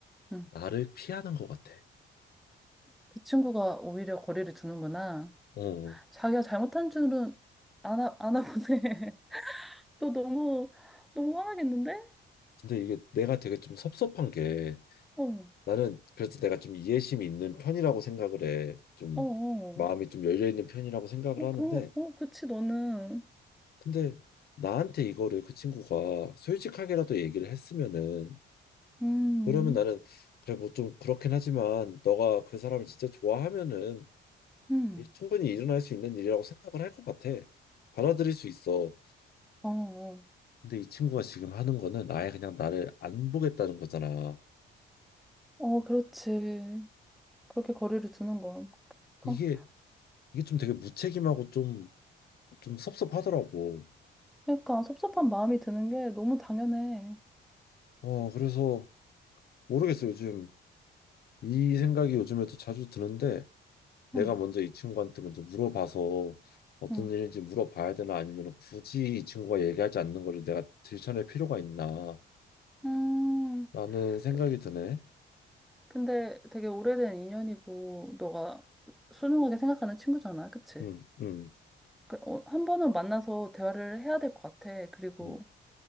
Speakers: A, in the centre; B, on the left.
A: 응.
B: 나를 피하는 것 같아.
A: 그 친구가 오히려 거리를 두는구나.
B: 어.
A: 자기가 잘못한 줄은 아나, 아나 보네. <laughs> 너 너무, 너무 화나겠는데?
B: 근데 이게 내가 되게 좀 섭섭한 게
A: 어, 어,
B: 나는 그래서 내가 좀 이해심이 있는 편이라고 생각을 해. 좀
A: 어.
B: 마음이 좀 열려 있는 편이라고 생각을
A: 어,
B: 하는데
A: 그럼, 어, 그치, 너는.
B: 근데 나한테 이거를 그 친구가 솔직하게라도 얘기를 했으면은
A: 음,
B: 그러면 나는 그래 뭐 좀 그렇긴 하지만 너가 그 사람을 진짜 좋아하면은
A: 음.
B: 이- 충분히 일어날 수 있는 일이라고 생각을 할 것 같아. 받아들일 수 있어.
A: 어, 어.
B: 근데 이 친구가 지금 하는 거는 아예 그냥 나를 안 보겠다는 거잖아.
A: 어, 그렇지. 그렇게 거리를 두는 건. 그러니까,
B: 이게 이게 좀 되게 무책임하고 좀 좀 섭섭하더라고.
A: 그러니까 섭섭한 마음이 드는 게 너무 당연해.
B: 어, 그래서 모르겠어. 요즘 이 생각이 요즘에도 자주 드는데 내가
A: 응,
B: 먼저 이 친구한테 먼저 물어봐서 어떤
A: 응.
B: 일인지 물어봐야 되나 아니면 굳이 이 친구가 얘기하지 않는 거를 내가 들춰낼 필요가 있나
A: 음.
B: 라는 생각이
A: 그-
B: 드네.
A: 근데 되게 오래된 인연이고, 너가 소중하게 생각하는 친구잖아. 그치?
B: 음, 음,
A: 그, 어, 한 번은 만나서 대화를 해야 될 것 같아. 그리고,
B: 음,